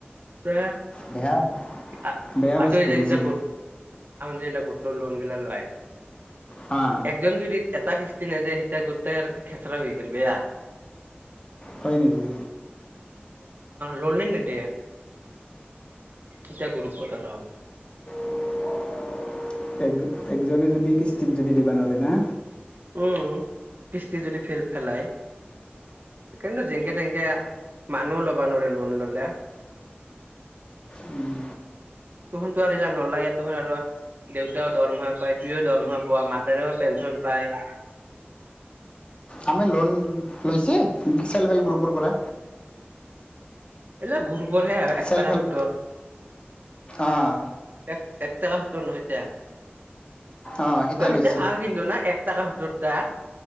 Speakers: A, on the right (about 50°); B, on the left (about 25°).
A: তে।
B: বেয়া
A: আ
B: বেয়া
A: আটয়
B: বস্তু
A: যায় চীলা
B: যি
A: <unintelligible> যিবিলাক গোটৰ লোন গিলা লয়
B: হা
A: একজন যদি। এটা কিস্তি নেদিয়ে সেতিয়া গোটেই আৰু খেচৰা হৈ গ'ল বেয়া।
B: হয় নেকি।
A: ল'লে নে নিদিয়ে এত গুৰুপৰ ৰ।
B: <unintelligible> এক একজনে যদি কিস্তিত যদি দিবা নোৱাৰে না।
A: উম, কিস্তি যদি ফেল ফেলাই। কিন্তু যেনেকে তেনেকে মানুহও ল'বা নোৱ লোন ল'লে।
B: উম।
A: তুহনতো আৰুলা নলায়ে তুহঁ আৰু দেউতাও দৰমহা পায়, তইয়ো দৰমহা পোৱা, মাদাৰেও পেঞ্চন পায়।
B: আমি লোন লৈছে চেল হেল্প গ্ৰুপৰ পৰা।
A: এই বিলাক গ্ৰুপৰ হে একটাককা
B: চেল্ফ হেল্প
A: সোতৰ
B: অঁ
A: এক। কা সোত্তৰ নহয় এতিয়া।
B: অঁ সিটা
A: অ' সেইতিয়া
B: লৈছে
A: ভাল কিন্তু না এক টাককা সোত্তৰ তা।